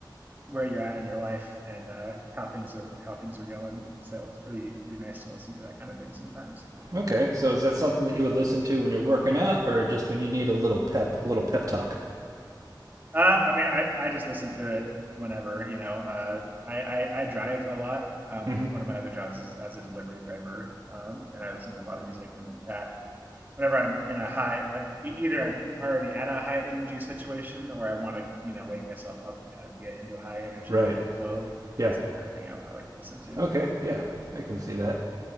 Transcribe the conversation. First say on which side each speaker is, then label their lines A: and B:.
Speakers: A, on the right (about 25°); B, on the right (about 50°).
A: where you're at in your life and uh, how things are how things are going. So it's pretty pretty nice to listen to that kind of thing sometimes.
B: Okay, so is that something that you would listen to when you're working out, or just when you need a little pep, a little pep talk?
A: Uh, I mean, I, I just listen to it whenever you know. Uh, I, I I drive a lot. Um,
B: Mm-hmm.
A: one of my other jobs is as a delivery driver, um, and I listen to a lot of music, and that whenever I'm in a high, uh, e- either I'm already at a high energy situation or I want to, you know, wake myself up and kind of get into a high energy
B: Right.
A: flow.
B: Yeah.
A: That's the kind of thing I, I like to listen to.
B: Okay, yeah, I can see that.